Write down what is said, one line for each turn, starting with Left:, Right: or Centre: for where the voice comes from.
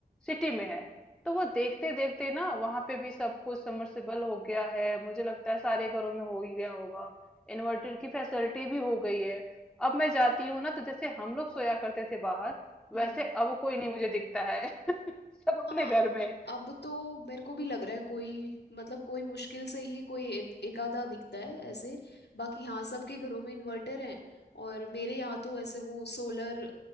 Centre: सिटी में है तो वो देखते देखते ना वहां पे भी सब कुछ समर्सिबल हो गया है मुझे लगता है सारे घरों में हो ही गया होगा इन्वर्टर की फैसिलिटी भी हो गई है अब मैं जाती हूँ ना तो जैसे हम लोग सोया करते थे बाहर
Left: हम्म
Centre: वैसे अब कोई नहीं मुझे दिखता है <laughs> सब अपने
Left: हाँ
Centre: घर में
Left: अब तो मेरे को भी लग रहा है कोई मतलब कोई मुश्किल से ही कोई एक एकाधा दिखता है ऐसे बाकी हाँ सबके घरों में इन्वर्टर हैं और मेरे यहाँ तो ऐसे वो सोलर